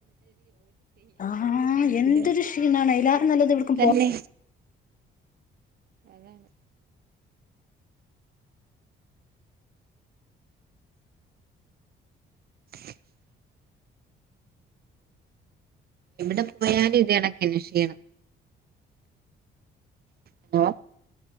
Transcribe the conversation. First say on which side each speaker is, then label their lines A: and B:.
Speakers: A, on the left (about 40°); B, on the right (about 50°).
A: ആഹ് എന്തൊരു
B: <unintelligible> <unintelligible>
A: ക്ഷീണാണ് അയിലാറും നല്ലത് എവിടക്കും
B: തന്നെ
A: പോ
B: അതാണ് <inaudible> എവിടെ പോയാലും ഇത് <unintelligible> ക്ഷീണം ഹലോ